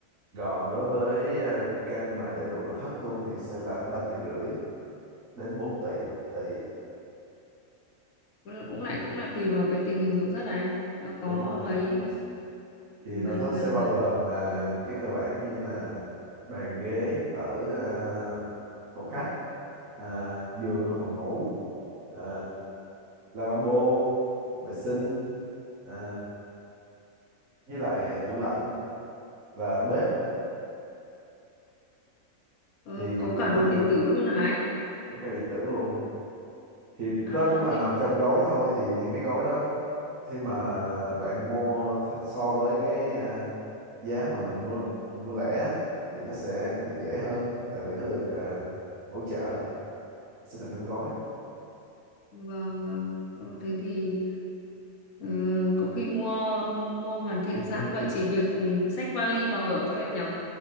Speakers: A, on the right; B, on the left.
A: còn đối với à, căn mà đầy đủ nội thất luôn thì sẽ là 3 tỷ rưỡi đến 4 tỷ tỷ
B: Cũng là- cũng lại cũng lại tùy vào cái tình hình nội thất này anh. Nó có
A: đúng rồi
B: mấy
A: cùng thì
B: mấy
A: nội thất
B: mấy
A: sẽ
B: mấy
A: bao gồm mà
B: ừ.
A: những cái cơ bản như là bàn ghế ở à, phòng khách à, giường ở phòng ngủ à, lavabo vệ sinh à, với lại tủ lạnh và bếp
B: Ờ,
A: thì
B: có
A: có
B: cả
A: có
B: đồ
A: những
B: điện tử luôn hả anh?
A: có cái điện tử luôn thì đó
B: À
A: cũng là
B: thế
A: nằm trong gói thôi thì những cái gói đó khi mà bạn mua th- so với cái à, giá mà mình mua mình mua lẻ á, thì nó sẽ dễ hơn tại vì nó được à, hỗ trợ sẽ nằm trong gói
B: vâng vâng Ô, thế thì ừ, có khi mua mua hoàn thiện sẵn vậy chỉ việc ừ, xách vali vào ở thôi anh nhở